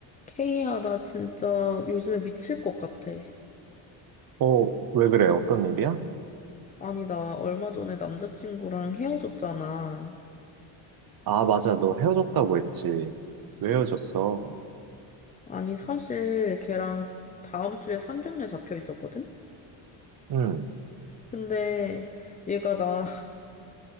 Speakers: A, on the left; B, on the right.
A: 케이야, 나 진짜 요즘에 미칠 것 같아.
B: 어, 왜 그래? 어떤 일이야?
A: 아니, 나 얼마 전에 남자친구랑 헤어졌잖아.
B: 아, 맞아. 너 헤어졌다고 했지. 왜 헤어졌어?
A: 아니, 사실 걔랑 다음 주에 상견례 잡혀 있었거든?
B: 응,
A: 근데 얘가 나, <laughs>